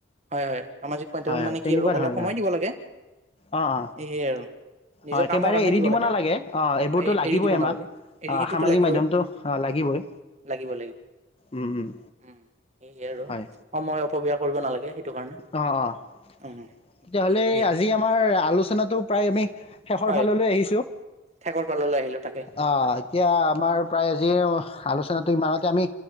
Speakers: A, on the right (about 35°); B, on the left (about 30°).
A: হয়। হয়। সামাজিক মাধ্যমত
B: হয় হয়
A: মানে
B: তেনেকুৱা
A: কি আৰু অলপ
B: ধৰণৰ
A: সময় দিব লাগে।
B: অঁ অঁ
A: এয়ে আৰু। নিজৰ
B: অঁ একেবাৰে
A: কামৰ কাৰণে
B: এৰি
A: দিব লাগে।
B: নালাগে অঁ এইবোৰতো
A: এই
B: লাগিবই
A: এৰি দিব
B: আমাক
A: নালাগে। এৰি
B: অঁ
A: সেইটোতো
B: সামাজিক
A: লাগিবই
B: মাধ্যমতো লাগিবই।
A: লাগিব লাগিব
B: উম',
A: উম সেয়ে আৰু
B: হয়।
A: সময় অপব্যয় কৰিব নালাগে। সেইটো কাৰণে
B: অ', অ',
A: উম
B: তেতিয়াহ'লে
A: বাকী আৰু সেই
B: আজি আমাৰ আলোচনাটো প্ৰায় আমি শেষৰ
A: হয়
B: ফাললৈ আহিছোঁ।
A: ঠেকৰ পাললৈ আহিলো তাকে
B: অ', এতিয়া আমাৰ প্ৰায় আজিৰ আলোচনাটো ইমানতে আমি